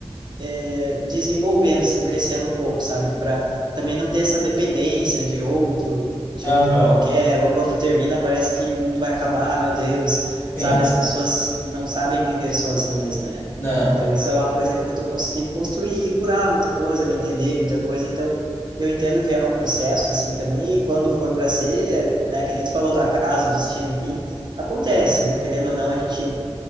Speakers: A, on the right; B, on the left.
A: é, desenvolvendo, assim, crescendo um pouco, sabe? Para também não ter essa dependência de outro, de
B: Aham.
A: outro qualquer, ou quando termina parece que o mundo vai acabar, ah, meu Deus,
B: Sim,
A: sabe? As pessoas não sabem viver sozinhas, né?
B: não.
A: Então, isso é uma coisa que eu tô conseguindo construir e curar muita coisa, me entender muita coisa, então... Eu entendo que é um processo, assim, também, e quando for para ser, é, né, que nem tu falou do acaso, destino, enfim, acontece, né? Querendo ou não, a gente